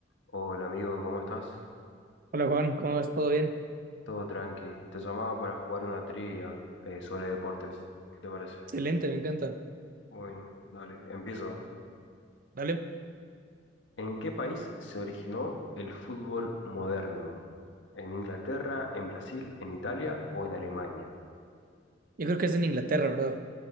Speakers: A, on the left; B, on the right.
A: Hola amigo, ¿cómo estás?
B: Hola Juan, ¿cómo vas? ¿Todo bien?
A: Todo tranqui. Te llamaba para jugar una trivia eh, sobre deportes. ¿Qué te parece?
B: Excelente, me encanta.
A: Bueno, dale, empiezo.
B: Dale.
A: ¿En qué país se originó el fútbol moderno? ¿En Inglaterra, en Brasil, en Italia o en Alemania?
B: Yo creo que es en Inglaterra, ¿verdad?